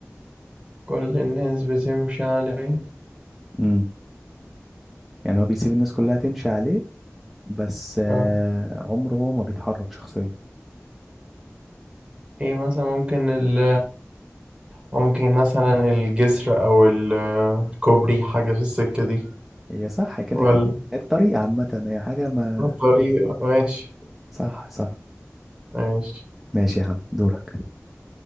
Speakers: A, on the right (about 20°); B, in the centre.
A: كل الناس بتمشي عليه
B: مم. يعني هو بيسيب الناس كلها تمشي عليه بس آه،
A: آه،
B: عمره هو ما بيتحرك شخصيا
A: إيه مثلا ممكن ال ممكن مثلا الجسر أو ال- الكوبري حاجة في السكة دي
B: هي صح كده
A: ولا
B: كده الطريقة عامة هي حاجة ما
A: طريق ماشي
B: صح صح
A: ماشي
B: ماشي يا عم دورك